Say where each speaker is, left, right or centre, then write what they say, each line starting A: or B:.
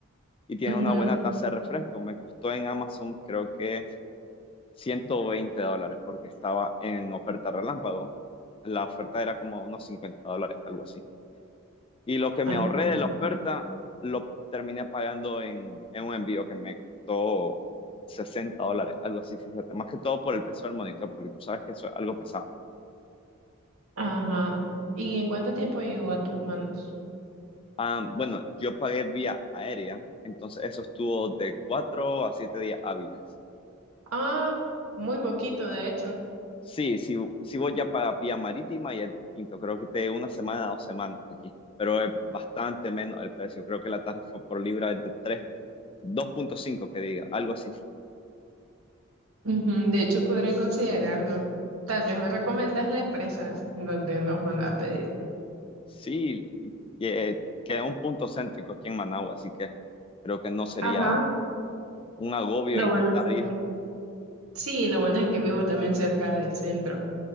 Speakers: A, on the left (about 25°); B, on the right (about 80°).
A: y tiene
B: Ujú.
A: una buena tasa de refresco. Me costó en Amazon creo que 120 dólares porque estaba en oferta relámpago. La oferta era como unos 50 dólares, algo así. Y lo que
B: Ah,
A: me ahorré
B: sí.
A: de la oferta lo terminé pagando en, en un envío que me costó 60 dólares, algo así, fíjate. Más que todo por el peso del monitor, porque tú sabes que eso es algo pesado.
B: Ajá. ¿Y en cuánto tiempo llegó a tus manos?
A: Ah, bueno, yo pagué vía aérea, entonces eso estuvo de 4 a 7 días hábiles.
B: Ah, muy poquito, de hecho.
A: Sí, si, si voy ya para vía marítima ya es distinto, creo que de una semana a dos semanas aquí, pero es bastante menos el precio, creo que la tarifa por libra es de tres, dos punto cinco que diga, algo así.
B: Ujú, De hecho, podré considerarlo. Tal vez me recomiendas la empresa donde los manda a pedir.
A: Sí, y, eh, que es un punto céntrico aquí en Managua, así que creo que no sería
B: Ajá,
A: un agobio
B: lo
A: intentar
B: bueno es que...
A: ir.
B: Sí, lo bueno es que vivo también cerca del centro